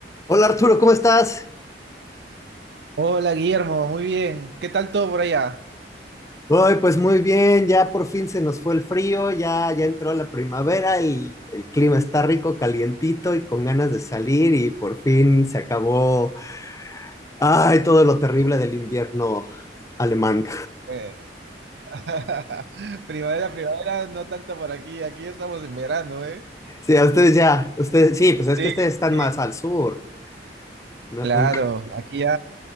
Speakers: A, on the left; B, on the right.
A: Hola Arturo, ¿cómo estás?
B: Hola Guillermo, muy bien. ¿Qué tal todo por allá?
A: Hoy pues muy bien, ya por fin se nos fue el frío, ya, ya entró la primavera, el, el clima está rico, calientito y con ganas de salir y por fin se acabó, ay, todo lo terrible del invierno alemán.
B: Eh, <laughs> Primavera, primavera, no tanto por aquí. Aquí estamos en verano, ¿eh?
A: Sí, a ustedes ya, ustedes, sí, pues es
B: Sí,
A: que ustedes están
B: sí.
A: más al sur. No,
B: Claro, aquí ya